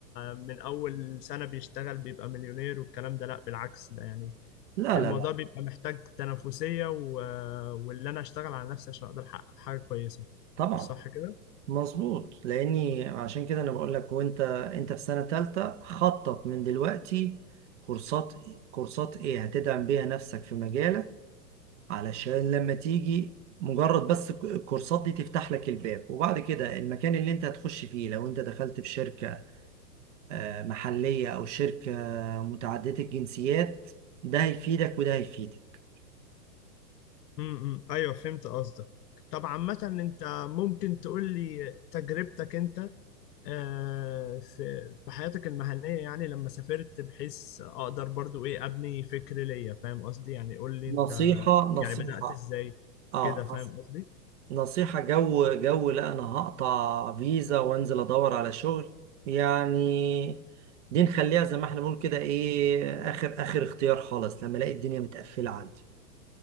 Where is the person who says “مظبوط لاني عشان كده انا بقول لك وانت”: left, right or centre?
Right